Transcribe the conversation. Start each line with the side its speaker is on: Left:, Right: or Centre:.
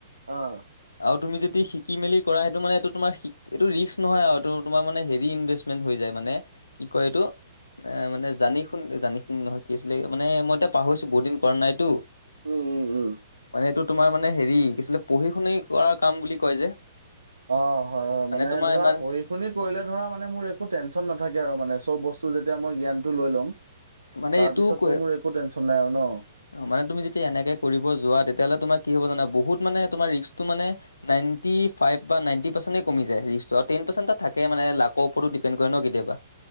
Right: অ',
Left: আৰু তুমি যদি শিকি মেলি কৰা সেইটো মানে এইটো তোমাৰ শিক এইটো ৰিস্ক নহয় আৰু এইটো তোমাৰ মানে হেৰি ইনভেষ্টমেণ্ট হৈ যায় মানে, কি কয় এইটো এ মানে জানি শুনি জানি শুনি নহয় কি আছিলে মানে মই এতিয়া পাহৰিছো বহুত দিন কৰা নাইতো।
Right: উম, উম, উম,
Left: মানে এইটো তোমাৰ মানে হেৰি কি আছিল পঢ়িশুনি কৰা কাম বুলি কয় যে।
Right: অ', হয়, হয়, মানে
Left: তোমাৰ
Right: ধৰা
Left: ইমান
Right: পঢ়িশুনি কৰিলে ধৰা মানে মোৰ একো টেনশ্যন নাথাকে মানে চব বস্তুৰ যেতিয়া মই জ্ঞানটো লৈ ল'ম।
Left: মানে
Right: তাৰ
Left: এইটো
Right: পিছতো
Left: কৈ-
Right: মোৰ একো টেনচন নাই আৰু ন'?
Left: অ', মানে তুমি যেতিয়া এনেকে কৰিব যোৱা তেতিয়া হ'লে তোমাৰ কি হব জানা বহুত মানে তোমাৰ ৰিস্কটো মানে টা টুৱেন্টি ফাইভ বা নাএন্টি পাৰছেন্ত কমি যায় ৰিস্কত টেন পাৰছেন্ত এটা থাকে মানে লাকৰ ওৰত ডিপেণ্ড কৰে ন কেতিয়াবা।